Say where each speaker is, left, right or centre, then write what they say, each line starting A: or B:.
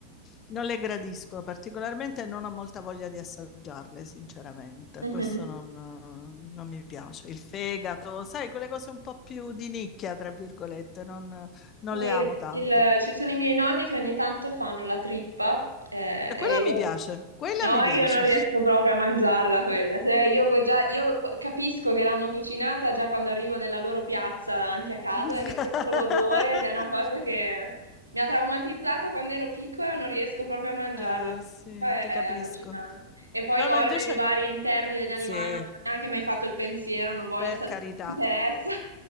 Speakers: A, on the left; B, on the right.
A: non le gradisco particolarmente e non ho molta voglia di assaggiarle, sinceramente.
B: Mhm.
A: Questo non, non mi piace. Il fegato, sai, quelle cose un po' più di nicchia, tra virgolette, non, non
B: Sì,
A: le amo tanto.
B: il- ci sono i miei nonni che ogni tanto fanno la trippa eh,
A: E
B: e
A: quella
B: io,
A: mi piace, quella
B: no,
A: mi piace.
B: io non riesco proprio a mangiarla quella. Se io, già, io capisco che l'hanno cucinata già quando arrivo nella loro piazza davanti a casa
A: <laughs>
B: e che sento l'odore ed è una cosa che mi ha traumatizzata quando ero piccola, non riesco proprio a mangiarla.
A: Eh, sì,
B: È
A: ti capisco.
B: allucinante. E poi
A: No,
B: organi
A: no, invece
B: vari interni degli animali,
A: sì,
B: non ho neanche mai fatto il pensiero, non voglio
A: per
B: assaggiare,
A: carità.
B: non mi interessa.